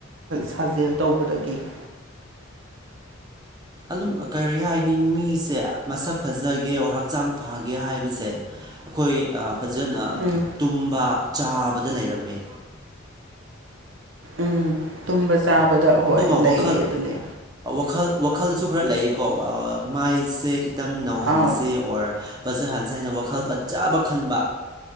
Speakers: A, on the right (about 70°); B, on the right (about 20°).
A: ꯁꯥꯖꯦꯜ ꯇꯧꯕꯗꯒꯤ <inaudible>
B: ꯑꯗꯨꯝ ꯀꯔꯤ ꯍꯥꯏꯅꯤ ꯃꯤꯁꯦ ꯃꯁꯛ ꯐꯖꯒꯦ ꯑꯣꯔ ꯍꯛꯆꯥꯡ ꯐꯒꯦ ꯍꯥꯏꯕꯁꯦ ꯑꯩꯈꯣꯏ ꯐꯖꯅ
A: ꯎꯝ
B: ꯇꯨꯝꯕ ꯆꯥꯕꯗ ꯂꯩꯔꯝꯃꯦ
A: ꯎꯝ ꯇꯨꯝꯕ ꯆꯥꯕꯗ ꯍꯣꯏ
B: ꯑꯗꯨꯒ
A: ꯂꯩꯔꯦ
B: ꯋꯥꯈꯜ
A: ꯑꯗꯨꯅꯦ
B: ꯋꯥꯈꯜ ꯋꯥꯈꯜꯁꯨ ꯈꯔ ꯂꯩꯀꯣ ꯃꯥꯏꯁꯦ ꯈꯤꯇꯪ ꯅꯧꯍꯟꯁꯤ
A: ꯑꯥ
B: ꯑꯣꯔ ꯐꯖꯍꯟꯁ ꯍꯥꯏꯅ ꯋꯥꯈꯜ ꯐꯖꯕ ꯈꯟꯕ